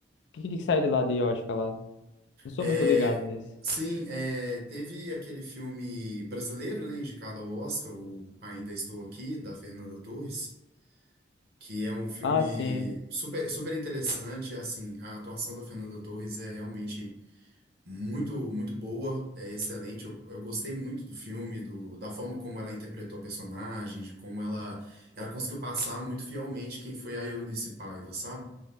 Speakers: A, on the left; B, on the right.
A: que que saiu de lá de Oscar lá? Não sou
B: É,
A: muito ligado nisso.
B: sim, é, teve aquele filme brasileiro, né, indicado ao Oscar, o Ainda Estou Aqui, da Fernanda Torres. que é um filme
A: Ah, sim.
B: super, super interessante, assim, a atuação da Fernanda Torres é realmente muito, muito boa, é excelente, eu, eu gostei muito do filme, do, da forma como ela interpretou a personagem, de como ela, ela conseguiu passar muito fielmente quem foi a Eunice Paiva, sabe?